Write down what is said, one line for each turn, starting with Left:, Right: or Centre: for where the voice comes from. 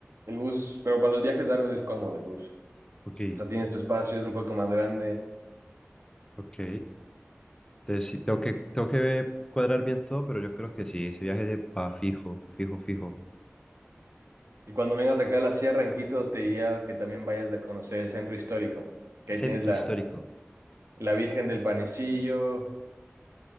Right: el bus, pero para los viajes largos es cómodo el bus.
Left: Ok,
Right: O sea, tienes tu espacio, es un poco más grande.
Left: ok. Entonces, sí, tengo que, tengo que ver- cuadrar bien todo, pero yo creo que sí, ese viaje de pa fijo, fijo, fijo.
Right: Y cuando vengas de acá a la sierra, en Quito, te diría que también vayas a conocer el centro histórico, que
Left: Centro
Right: ahí tienes la,
Left: histórico.
Right: la Virgen del Panecillo,